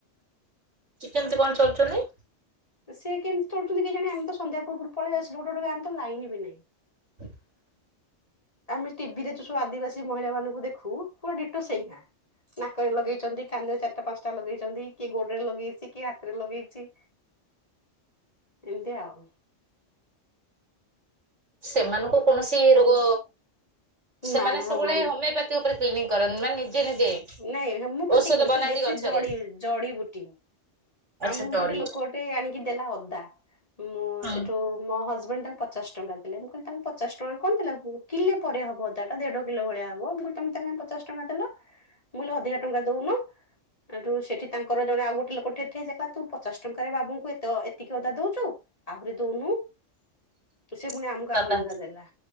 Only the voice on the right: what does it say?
ଚି କେମିତି କଣ ଚଳୁଚନ୍ତି?
<unintelligible>
<unintelligible>
ସେମାନଙ୍କୁ କୌଣସି ରୋଗ, ସେମାନେ
ସବୁବେଳେ
ହୋମିଓପା ତି ଉପରେ କ୍ଲିନିଂ କରନ୍ତି ମାନେ ନିଜେ ନିଜେ।
ଔଷଧ
ବନାନ୍ତି
ଗଛରେ।
ଆଚ୍ଛା
ଜଡିବୁ
ହୁଁ
<unintelligible>
ବାପା